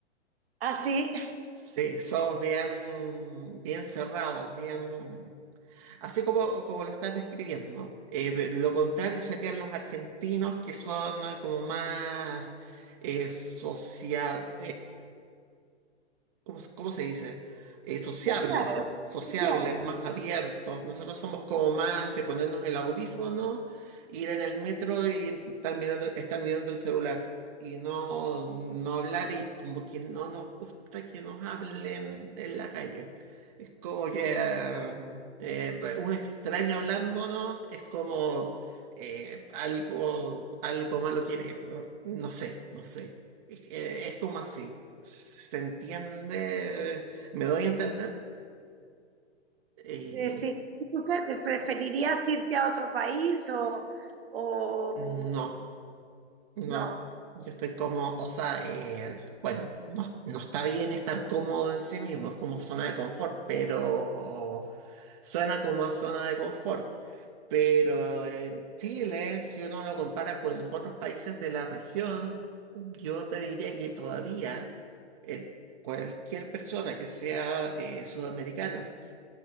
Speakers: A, on the right (about 55°); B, on the right (about 35°).
A: así.
B: Sí, somos bien, bien cerrados, bien... Así como, como lo estás describiendo. Eh, pe- lo contrario serían los argentinos, que son eh, como más eh, social... ¿cómo, se cómo se dice? Eh, sociables,
A: Claro,
B: sociables,
A: claro.
B: más abiertos. Nosotros somos como más de ponernos el audífono, ir en el metro y estar mirando, estar mirando el celular y no, no hablar y como que no nos gusta que nos hablen en la calle. Es como que eh, eh, un extraño hablándonos es como... eh, algo, algo malo quiere, no No sé, no sé, es eh, es como así. ¿Se entiende? ¿Me doy a entender? Eh,
A: Eh, sí. ¿Tú qué- preferirías irte a otro país o, o
B: no, no.
A: no?
B: Yo estoy como, o sea, eh, bueno, no, no está bien estar cómodo en sí mismo, es como zona de confort, pero suena como a zona de confort. Pero en Chile, si uno lo compara con los otros países de la región, yo te diría que todavía eh, cualquier persona que sea eh, sudamericana,